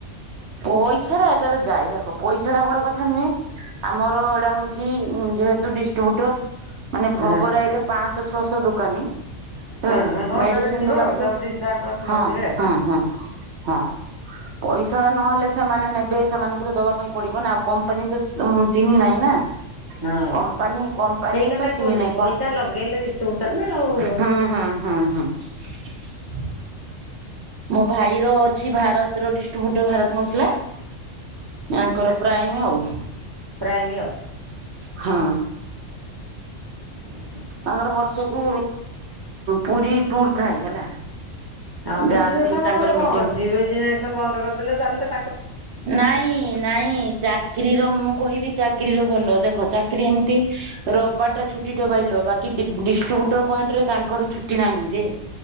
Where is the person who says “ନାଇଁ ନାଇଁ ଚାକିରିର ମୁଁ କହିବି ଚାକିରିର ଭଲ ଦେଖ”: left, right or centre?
Right